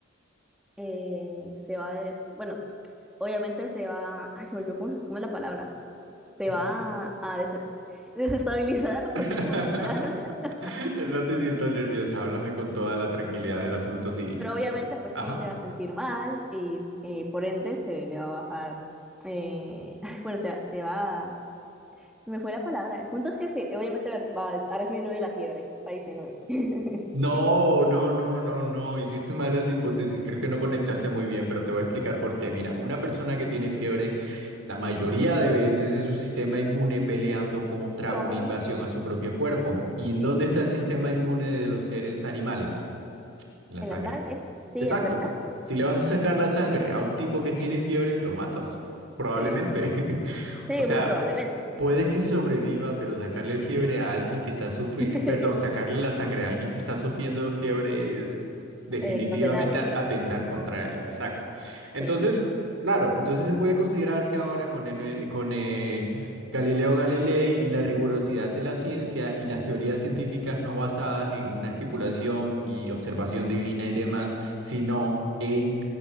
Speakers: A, in the centre; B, on the right.
A: eh, se va des... bueno, obviamente se va, ay, se me olvidó cómo, se- cómo es la palabra, se va
B: No sé.
A: a des- desestabilizar, <laughs> no
B: <laughs>
A: sé cómo es la palabra, <laughs>
B: No te sientas nerviosa, háblame con toda la tranquilidad del asunto, sí.
A: pero obviamente
B: por-
A: pues
B: Ajá.
A: sí se va a sentir mal y eh, por ende se le va a bajar, eh, <laughs> bueno, o sea, se va, a- se me fue la palabra, el punto es que se, obviamente va a, des- a disminuir la fiebre, va a disminuir. <laughs>
B: No, no, no, no, no. Hiciste malas hipótesis. Creo que no conectaste muy bien, pero te voy a explicar por qué. Mira, una persona que tiene fiebre, la mayoría de veces es su sistema inmune peleando contra
A: Con,
B: una invasión a su propio cuerpo. ¿Y en
A: sí,
B: dónde está el sistema inmune de los seres animales? En la
A: en
B: sangre.
A: la sangre, sí,
B: Exacto.
A: es verdad.
B: Si le vas a sacar la sangre a un tipo que tiene fiebre, lo matas. Probablemente.
A: Eh,
B: <laughs>
A: sí,
B: O sea,
A: muy probablemente.
B: Puede que sobreviva, pero sacarle fiebre a alguien que está sufriendo,
A: <laughs>
B: perdón, sacarle la sangre a alguien que está sufriendo fiebre es definitivamente
A: Eh, condenarlo,
B: a- atentar contra él. Exacto. Entonces,
A: sí.
B: claro, entonces se puede considerar que ahora con el, eh, con eh, Galileo Galilei y la rigurosidad de la ciencia y las teorías científicas no basadas en una estipulación y observación divina y demás, sino en,